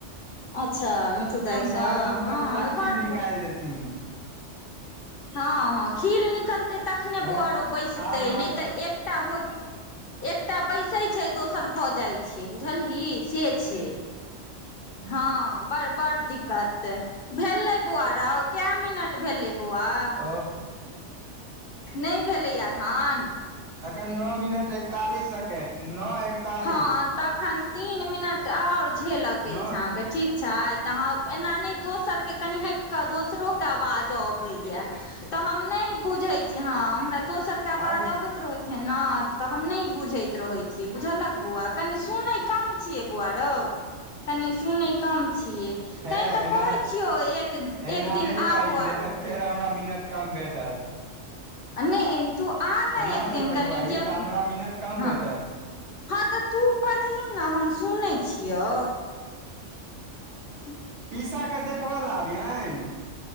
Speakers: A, on the left (about 55°); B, on the right (about 75°).
A: अच्छा मिठू दाइसँ
B: द दाब दुूब
A: हँ
B: कऽ पूरा खिल
A: बड
B: निकाल देथिन
A: हँ हँ खीर निकलतै तखने
B: हे
A: बौआरो बैसतै
B: ताल माल
A: नहि तऽ एकटा हो एकटा बैसै छै दोसर भऽ जाइ छै बुझलही से छै हँ बड़ बड़ दिक्कत भेले बौआरा के मिनट भेलै बौआ बोओ
B: ओ
A: नहि भेलैया अखन
B: अखन नओ मिनट एकतालिस सेकेंड नओ एकतालिस
A: हँ तखन तीन मिनट आओर झेलक अछिहके
B: नओ
A: ठीक छै तऽ ह एना नहि दोस सबके कनी हैट कऽ दोसरो के आवाज अबैया तऽ हम नहि बुझै छीय हँ हमरा दोसर के आवाज
B: आब
A: अबैत रहै छै ने तऽ हम नहि ई बुझैत रहै छियै बुझलक बौआ कनि सुनै कम छियै बौआ रौ कनि सुनै कम छियै
B: हे
A: तैँ तऽ
B: एना
A: कहै छियौ एक
B: एना
A: एक दिन
B: नहि
A: आबो
B: कही
A: आरो
B: नहि तऽ फेर हमरा मिनट कम भेटत
A: नहि तू आ नहि
B: एना
A: एक
B: जे
A: दिन
B: बजबही
A: कनी जेब
B: तऽ हमरा मिनट कम
A: हँ
B: भेटत
A: हँ तऽ तू बजही ने हम सुनैत छियौ <inaudible>
B: पीसा के देखबै लए आबियनि